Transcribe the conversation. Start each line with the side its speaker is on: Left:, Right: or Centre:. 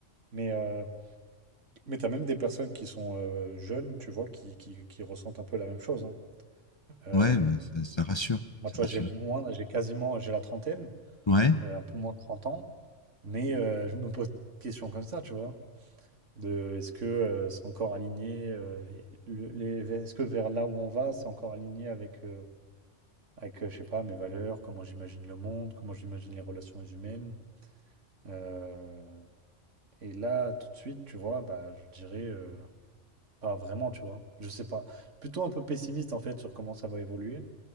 Right: Mais, euh, mais t'as même des personnes qui sont euh, jeunes, tu vois, qui, qui, qui ressentent un peu la même chose. hein. Euh,
Left: Ouais, bah, ça, ça rassure,
Right: moi,
Left: ça
Right: tu vois,
Left: rassure.
Right: j'ai moins, j'ai quasiment, j'ai la trentaine,
Left: Ouais.
Right: euh, un peu moins de 30 ans, mais euh, je me pose des questions comme ça, tu vois, de est-ce que euh, c'est encore aligné, euh, le- les- est-ce que vers là où on va, c'est encore aligné avec, euh, avec, euh, je sais pas, mes valeurs, comment j'imagine le monde, comment j'imagine les relations humaines. Euh, et là, tout de suite, tu vois, bah, je dirais. euh, Pas vraiment, tu vois. Je sais pas. Plutôt un peu pessimiste en fait sur comment ça va évoluer.